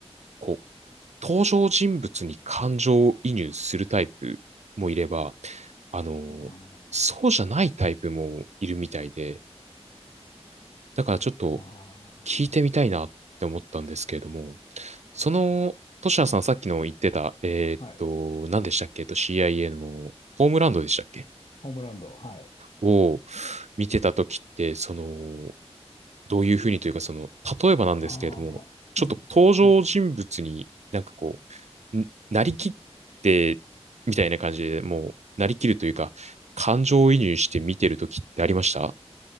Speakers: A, on the right (about 85°); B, on the left (about 60°).
A: こう、登場人物に感情を移入するタイプもいれば、あの、
B: あ
A: そうじゃないタイプもいるみたいで、だからちょっと
B: あ、あ
A: 聞いてみたいなって思ったんですけれども、その、トシヤさんさっきの言ってた、えーっと、
B: あ、はい。
A: 何でしたっけえっと、CIA のホームランドでしたっけ
B: ホームランド、はい。
A: を見てた時って、その、どういうふうにというか、その、例えばなんですけれども、
B: ああ、
A: ちょっと登場人物になんかこ
B: うん、はい。
A: う、なりきって、みたいな感じで、もう、なりきるというか、感情移入して見てるときってありました